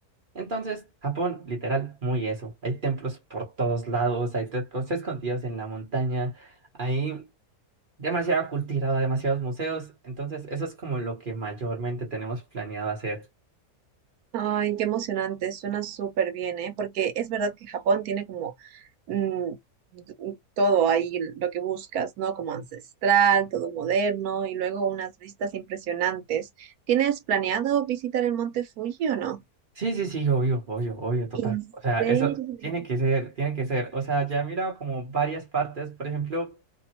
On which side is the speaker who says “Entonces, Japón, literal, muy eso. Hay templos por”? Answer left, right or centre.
Right